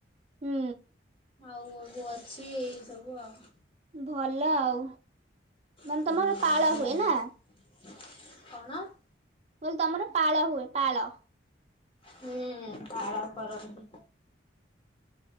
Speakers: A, on the right (about 35°); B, on the left (about 30°).
A: ହୁଁ।
B: ଆଉ ଅବୁ ଅଛି ଏଇ ସବୁ ଆଉ।
A: ଭଲ ଆଉ। ମାନେ
B: ହୁଁ
A: ତମର ପାଳ
B: ୟା
A: ହୁଏ ନା ମୁଁ
B: ୟା କଣ?
A: ମୁଁ କହିଲି ତମର ପାଳ ହୁଏ ପାଳ।
B: ହୁଁ ପାଳ କରନ୍ତି।